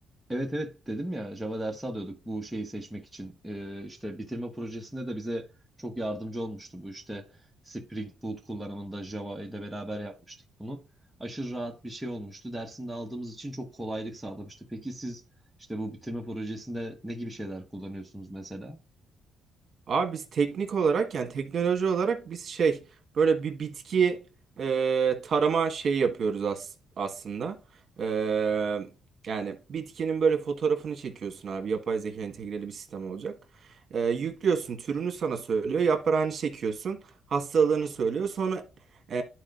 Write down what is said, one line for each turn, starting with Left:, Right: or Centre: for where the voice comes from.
Centre: Evet evet dedim ya Java dersi alıyorduk bu şeyi seçmek için. Ee, işte bitirme projesinde de bize çok yardımcı olmuştu bu işte Spring Boot kullanımında Java ile beraber yapmıştık bunu. Aşırı rahat bir şey olmuştu. Dersini de aldığımız için çok kolaylık sağlamıştı. Peki siz işte bu bitirme projesinde ne gibi şeyler kullanıyorsunuz mesela?
Right: Abi biz teknik olarak yani teknoloji olarak biz şey böyle bir bitki e, tarama şeyi yapıyoruz as aslında. E, yani bitkinin böyle fotoğrafını çekiyorsun abi yapay zeka entegreli bir sistem olacak. E, yüklüyorsun türünü sana söylüyor yaprağını çekiyorsun hastalığını söylüyor sonra e,